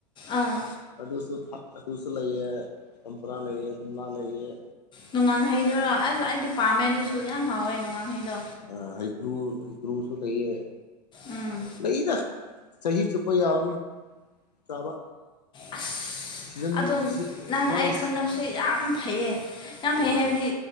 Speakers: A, on the left; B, on the left.
A: ꯑꯥ
B: ꯑꯗꯨꯁꯨ ꯊꯥ ꯑꯗꯨꯁꯨ ꯂꯩꯑꯦ ꯆꯝꯄ꯭ꯔꯥ ꯂꯩꯑꯦ ꯀꯣꯝꯂꯥ ꯂꯩꯑꯦ
A: ꯅꯨꯡꯉꯥꯡꯍꯩꯗꯨꯔꯣ ꯑꯁ ꯑꯩꯗꯤ ꯄꯥꯝꯃꯦ ꯑꯗꯨꯁꯨ ꯌꯥꯝ ꯍꯥꯎꯋꯦ ꯅꯨꯡꯉꯥꯡꯍꯩꯗꯣ
B: ꯑ ꯍꯩꯀ꯭ꯔꯨ ꯍꯩꯀ꯭ꯔꯨꯁꯨ ꯂꯩꯌꯦ
A: ꯎꯝ
B: ꯂꯩꯗ ꯆꯍꯤ ꯆꯨꯞ ꯄ ꯌꯥꯎꯕꯅꯤ ꯆꯥꯕ
A: ꯑꯁ
B: ꯁꯤꯖꯟ
A: ꯑꯗꯣ ꯅꯪ
B: ꯃꯣꯏ
A: ꯑꯩ ꯈꯪꯅꯕꯁꯦ ꯌꯥꯝ ꯐꯩꯌꯦ ꯌꯥꯝ
B: ꯑꯣ
A: ꯐꯩ ꯍꯥꯏꯕꯗꯤ